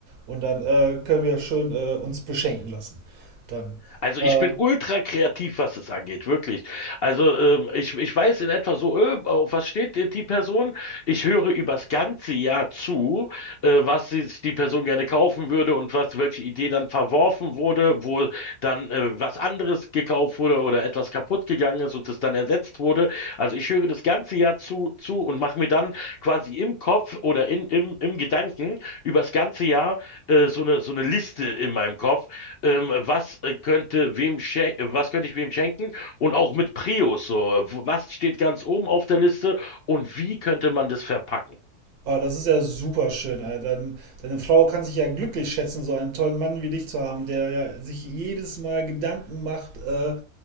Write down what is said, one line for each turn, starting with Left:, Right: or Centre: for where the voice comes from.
Right: Und dann äh, können wir schön äh, uns beschenken lassen. Dann.
Left: Also
Right: Äh,
Left: ich bin ultra kreativ, was es angeht, wirklich. Also ähm, ich, ich weiß in etwa so, äh, auf was steht die, die Person? Ich höre übers ganze Jahr zu, äh, was sich die Person gerne kaufen würde und was, welche Idee dann verworfen wurde, wo dann äh, was anderes gekauft wurde oder etwas kaputt gegangen ist und es dann ersetzt wurde. Also ich höre das ganze Jahr zu, zu und mache mir dann quasi im Kopf oder in, im, im Gedanken übers ganze Jahr äh, so eine, so eine Liste in meinem Kopf ähm, was äh, könnte wem schen- äh, was könnte ich wem schenken und auch mit Prius so, äh, wo- was steht ganz oben auf der Liste und wie könnte man das verpacken?
Right: oh, das ist ja super schön. Äh, dein, deine Frau kann sich ja glücklich schätzen, so einen tollen Mann wie dich zu haben, der ja sich jedes Mal Gedanken macht, äh,